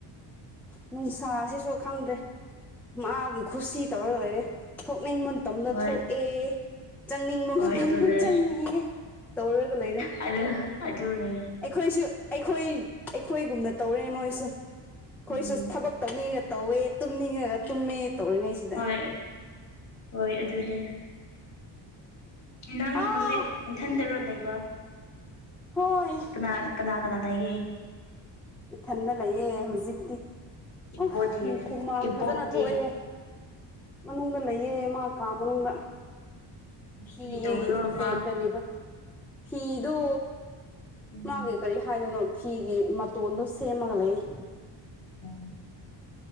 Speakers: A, in the centre; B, on the left.
A: ꯅꯨꯡꯁꯥꯁꯤꯁꯨ ꯈꯪꯗ꯭ꯔꯦ ꯃꯥꯒꯤ ꯀꯨꯁꯤ ꯇꯧꯔꯒ ꯂꯩꯔꯦ ꯊꯣꯛꯅꯤꯡꯕ ꯃꯇꯝꯗ
B: ꯍꯣꯏ
A: ꯊꯣꯛꯑꯦ ꯆꯪꯅꯤꯡꯕ
B: ꯍꯣꯏ
A: ꯃꯇꯝꯗ
B: ꯑꯗꯨꯅꯦ
A: ꯆꯪꯉꯦ ꯇꯧꯔꯒ ꯂꯩꯔꯦ
B: <unintelligible> ꯑꯗꯨꯅꯦ
A: ꯑꯩꯈꯣꯏꯁꯨ ꯑꯩꯈꯣꯏ ꯑꯩꯈꯣꯏꯒꯨꯝꯅ ꯇꯧꯔꯦꯅꯦ ꯃꯣꯏꯁꯨ ꯑꯩꯈꯣꯏꯁꯨ
B: ꯎꯝ
A: ꯊꯥꯕꯛ ꯇꯧꯅꯤꯡꯉꯒ ꯇꯧꯋꯦ ꯇꯨꯝꯅꯤꯡꯉꯒ ꯇꯨꯝꯃꯦ ꯇꯧꯔꯤꯉꯩꯁꯤꯗ
B: ꯍꯣꯏ ꯍꯣꯏ ꯑꯗꯨꯅꯦ ꯅꯪ
A: ꯑꯥ
B: ꯍꯧꯖꯤꯛ ꯏꯊꯟꯇꯔꯣ ꯂꯩꯕ
A: ꯍꯣꯏ
B: ꯀꯅꯥ ꯀꯅꯥ ꯀꯅꯥ ꯂꯩꯒꯦ
A: ꯏꯊꯟꯗ ꯂꯩꯌꯦ ꯍꯧꯖꯤꯛꯇꯤ
B: ꯏꯕꯣꯗꯤ
A: ꯑꯣꯞ ꯍꯨꯃꯥꯡ
B: ꯏꯕꯣꯛꯇꯤ
A: ꯐꯥꯖꯅ ꯊꯣꯛꯑꯦꯍꯦ ꯃꯅꯨꯡꯗ ꯂꯩꯌꯦ ꯃꯥ ꯀꯥ ꯃꯅꯨꯡꯗ ꯐꯤ
B: ꯀꯔꯤ ꯇꯧꯕꯤꯔꯣ ꯃꯥ
A: ꯑꯦ ꯀꯔꯤꯕ ꯐꯤꯗꯨ
B: <inaudible>
A: ꯃꯥꯒꯤ ꯀꯔꯤ ꯍꯥꯏꯗꯣꯅꯣ ꯐꯤꯒꯤ ꯃꯇꯣꯟꯗꯣ ꯁꯦꯝꯃꯒ ꯂꯩꯌꯦ
B: <inaudible>